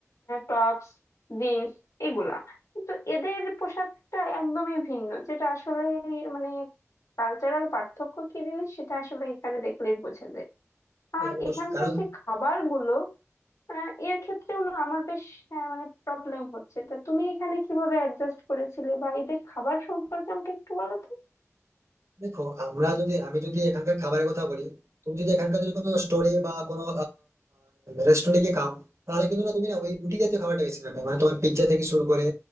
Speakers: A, on the left; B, on the right.
A: টপস জিন্স এগুলা কিন্তু এদের পোশাকটা একদমই ভিন্ন যেটা আসলে মানে কালচারাল পার্থক্য কি জিনিস সেটা আসলে এখানে দেখলেই বোঝা যায়
B: হ্যাঁ,
A: আর
B: অবশ্যই
A: এখানকার
B: কারণ
A: যে খাবারগুলো আহ, এর ক্ষেত্রেও না আমার বেশ আহ, মানে প্রবলেম হচ্ছে তা তুমি এখানে কিভাবে অ্যাডজাস্ট করেছিলে বা এদের খাবার সম্পর্কে আমাকে একটু বলো তো
B: দেখো আমরা যদি আমি যদি এখানকার খাবারের কথা বলি তুমি যদি এখানকার যদি কোনো স্টোরে বা কোনো রেস্টুরেন্টে গিয়ে খাও তাহলে কিন্তু না তুমি না ওই রুটি জাতীয় খাবারটা বেশি পাবে মানে তোমার পিৎজা থেকে শুরু করে